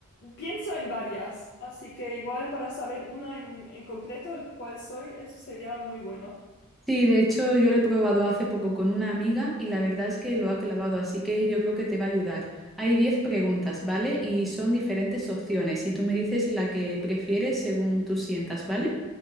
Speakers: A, on the left (about 50°); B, in the centre.
A: pienso en varias. Así que igual para saber una en, en concreto, el cuál soy, eso sería muy bueno.
B: Sí, de hecho yo lo he probado hace poco con una amiga y la verdad es que lo ha clavado, así que yo creo que te va a ayudar. Hay 10 preguntas, ¿vale? Y son diferentes opciones y tú me dices la que prefieres según tú sientas, ¿vale?